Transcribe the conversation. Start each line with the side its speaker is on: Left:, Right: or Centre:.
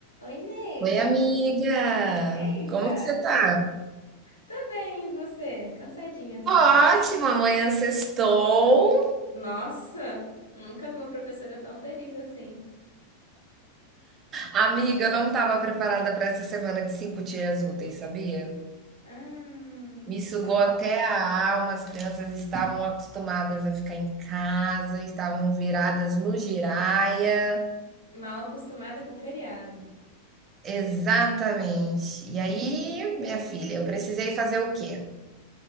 Left: Oi, nega.
Right: Oi, amiga!
Left: Eita!
Right: Como que você tá?
Left: Tô bem, e você? Cansadinha só.
Right: Tô Ótima, amanhã sextou.
Left: Nossa, nunca vi uma professora tão feliz assim.
Right: Amiga, eu não tava preparada para essa semana de cinco dias úteis, sabia?
Left: Ah,
Right: Me sugou
Left: tá mal,
Right: até a alma, as crianças estavam acostumadas a ficar em casa, estavam viradas no giraia.
Left: mal acostumada com feriado.
Right: Exatamente. E
Left: Hum,
Right: aí, minha filha, eu precisei fazer o quê?